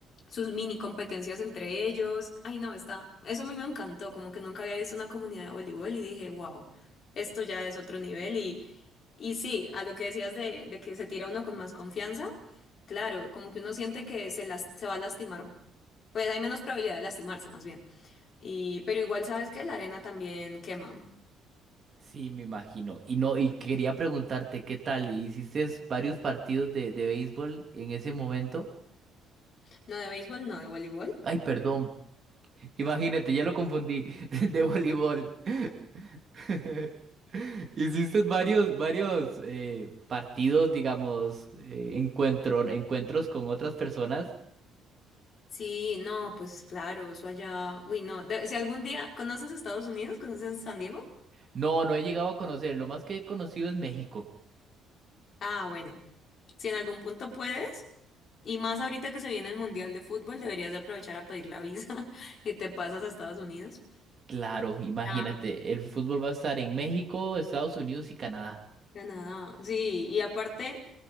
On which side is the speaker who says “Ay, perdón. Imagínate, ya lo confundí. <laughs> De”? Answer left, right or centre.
Right